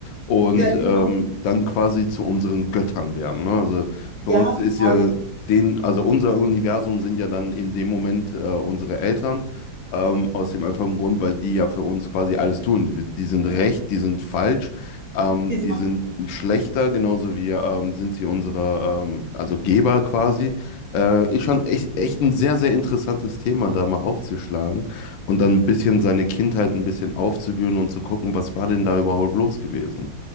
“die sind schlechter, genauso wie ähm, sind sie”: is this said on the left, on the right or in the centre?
Left